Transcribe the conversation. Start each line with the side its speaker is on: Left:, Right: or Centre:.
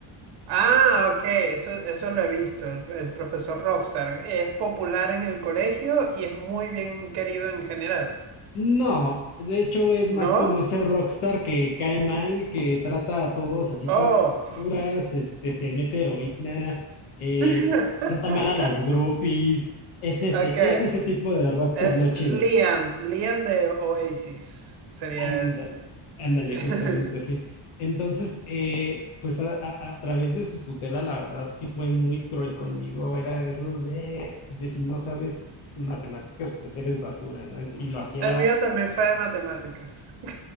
Right: Ah, ok, eso, eso lo he visto, el, el profesor Rockstar. Es popular en el colegio y es muy bien querido en general.
Left: No, de hecho es más
Right: ¿No?
Left: como ese rockstar que cae mal, que trata a todos así
Right: Oh.
Left: como basuras, este, se mete heroína, eh,
Right: <laughs>
Left: tiene- trata mal a las groupies. Es ese,
Right: Ok.
Left: es ese tipo de rockstar
Right: Es
Left: no chido.
Right: Liam, Liam de Oasis sería
Left: Ándale,
Right: él.
Left: ándale,
Right: <laughs>
Left: justamente así. Entonces, eh, pues a, a- a través de su tutela, la verdad sí fue muy cruel conmigo. Era de esos de, de si no sabes matemáticas, pues eres basura, ¿no? Ent- Y lo hacía
Right: El mío también fue de matemáticas. <laughs>